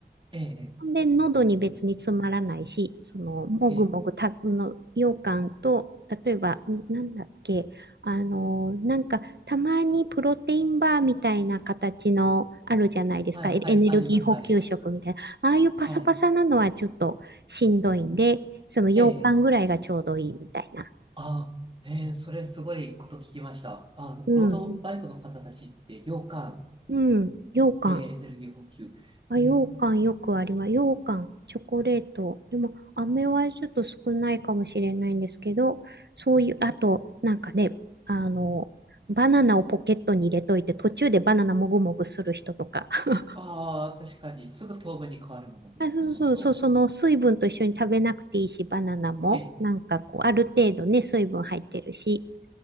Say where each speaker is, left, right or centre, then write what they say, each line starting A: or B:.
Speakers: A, on the right; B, on the right.
A: ええ、
B: で、喉に別に詰まらないし、その、もぐもぐた、
A: ええ、ええ
B: の、羊羹と、例えば、んなんだっけ、あのなんか、たまにプロテインバーみたいな形のあるじゃないですか、
A: はい、
B: エエネルギー補給食みたいな、
A: はい、あります、あります。
B: ああいうパサパサなのはちょっとしんどいんで、
A: はい、
B: その羊羹ぐらいがちょうどいいみたいな。
A: ええ、ええああ、ええ、それすごいこと聞きました。あ、
B: うん。
A: ロードバイクの方たちって羊羹
B: うん、羊羹。
A: でエネルギー補給。
B: あ、
A: ええ、
B: 羊羹よくあります。羊羹、チョコレート。でも、飴はちょっと少ないかもしれないんですけど、そういう、あと、なんかね、あの、バナナをポケットに入れといて、途中でバナナもぐもぐする人とか。<laughs>
A: ああ、確かに、すぐ糖分に変わるものですね、
B: あ、そうそうそう、
A: 本当。
B: その水分と一緒に食べなくていいし、バナナも、
A: ええ、
B: なんかこう、ある程度ね、水分入ってるし、